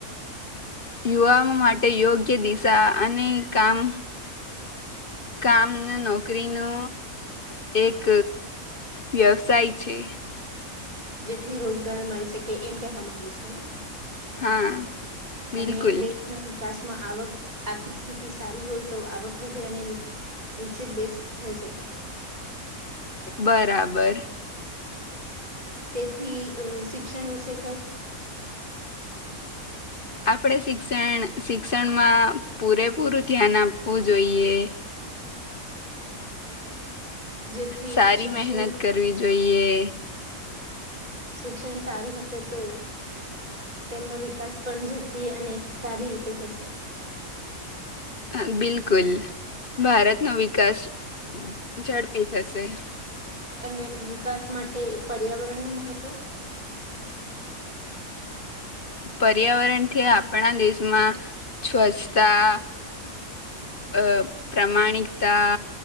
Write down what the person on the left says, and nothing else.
યુવાઓ માટે યોગ્ય દિશા અને કામ કામ નોકરીનો એક વ્યવસાય છે
હા બિલકુલ
બરાબર
આપણેે શિક્ષણ શિક્ષણમાં પૂરેપૂરું ધ્યાન આપવું જોઈએ.
સારી
મહેનત કરવી જો જોઈએ.
હહ બિલકુલ ભારતનો વિકાસ ઝડપી થશે.
પર્યાવરણથી આપણા દેશમાં સ્વચ્છતા અ પ્રામાણિકતા